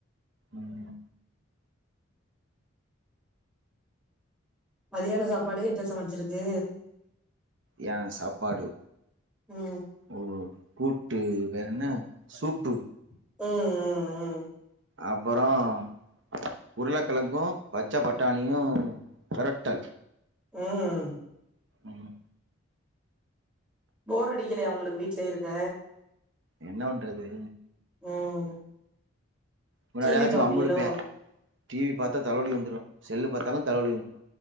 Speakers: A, on the right; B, in the centre.
A: ம்
B: மதியான சாப்பாடு என்ன சமச்சிருக்கு
A: ஏ சாப்பாடு
B: ம்
A: ஓ கூட்டு பேரேன்ன சூப்பு
B: ம் ம் ம்
A: அப்பறம் உருளக்கெழங்கும் பச்சை பட்டாணியும் பெரட்டல்
B: ம்
A: ம்
B: போரடிக்கலயா உங்களுக்கு வீட்லயே இருக்க
A: என்ன பண்றது
B: ம்
A: முன்னாடியாச்சு
B: டிவி பாப்பீகளோ
A: வம்புளிப்பே டி வி பாத்தா தலவலி வந்துரு செல்லு பாத்தாலு தலவலி வந்துரு